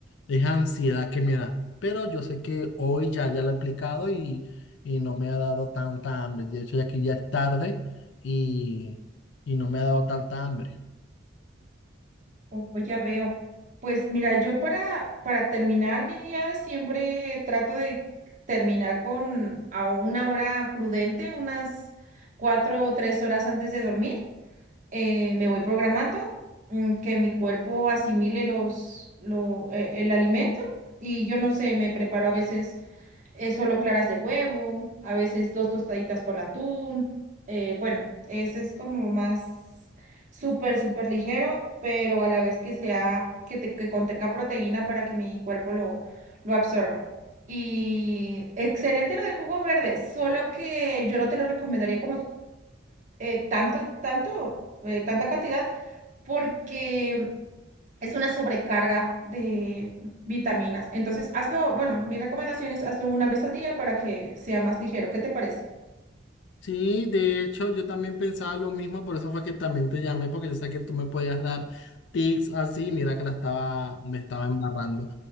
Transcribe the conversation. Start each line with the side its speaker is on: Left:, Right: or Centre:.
Left: es ansiedad que me da. Pero yo sé que hoy ya, ya lo he aplicado y, y no me ha dado tanta hambre. De hecho, ya aquí ya es tarde y, y no me ha dado tanta hambre.
Right: Oh, ya veo. Pues mira, yo para, para terminar mi día siempre trato de terminar con a una hora prudente, unas cuatro o tres horas antes de dormir. eh, me voy programando, mm, que mi cuerpo asimile los, lo, eh, el alimento y yo no sé, me preparo a veces eh, solo claras de huevo, a veces dos tostaditas con atún. eh, bueno, ese es como más súper, súper ligero, pero a la vez que sea, que, te- que contenga proteína para que mi cuerpo lo, lo absorba. Y excelente lo del jugo verde, solo que yo no te lo recomendaría como eh, tanto, tanto, eh, tanta cantidad, porque es una sobrecarga de vitaminas. Entonces, hazlo, bueno, mi recomendación es hazlo una vez al día para que sea más ligero. ¿Qué te parece?
Left: Sí, de hecho, yo también pensaba lo mismo, por eso fue que también te llamé, porque yo sé que tú me podías dar tips así, mira que la estaba, me estaba embarrando.